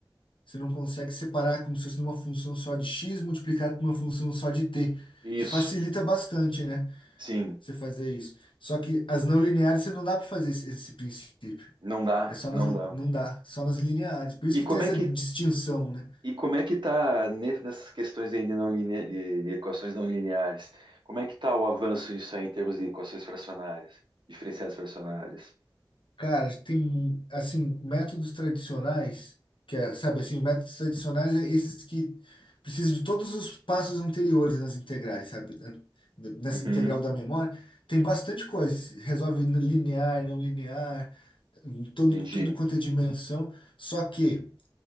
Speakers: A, on the left; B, on the right.
A: você não consegue separar como se fosse uma função só de x multiplicado por uma função só de t,
B: Isso,
A: que facilita bastante, né?
B: sim,
A: Você fazer isso. Só que as não lineares você não dá para fazer esse, esse princípio.
B: não dá,
A: É só
B: não
A: nas,
B: dá.
A: não dá, só nas lineares. Por isso
B: E
A: que
B: como
A: tem essa
B: é que
A: distinção, né?
B: E como é que está nessas questões aí de, não linea- de, de equações não lineares? Como é que está o avanço disso aí em termos de equações fracionárias, diferenciais fracionárias?
A: Cara, tem, assim, métodos tradicionais, que é, sabe assim, métodos tradicionais é esses que precisam de todos os passos anteriores nas integrais, sabe? Da- da- Nessa
B: Uhum,
A: integral da memória, tem bastante coisa. Resolve linear, não linear, em todo,
B: entendi.
A: tudo quanto é dimensão. Só que